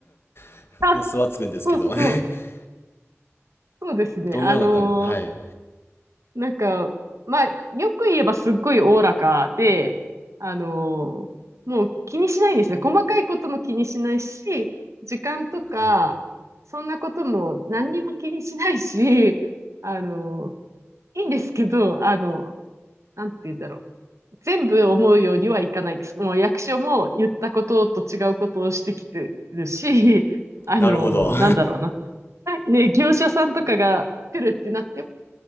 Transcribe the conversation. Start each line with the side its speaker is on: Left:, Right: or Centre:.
Left: <laughs>
Right: <laughs> あ、
Left: 予想はつくんですけど
Right: そうそう。
Left: <laughs>
Right: そうですね。
Left: どのような感じはい
Right: あのなんか、まあ、よく言えばすっごいおおらかで、あのーもう気にしないんですね。細かいことも気にしないし、時間とか、
Left: はい
Right: そんなことも何にも気にしないし、あのーいいんですけど、あの、なんて言うんだろう。全部思うようにはいかないです。もう役所も言ったことと違うことをしてきてるし、あのーなんだろうな。
Left: なるほど <laughs> は
Right: ね、業者さんとかが来るってなって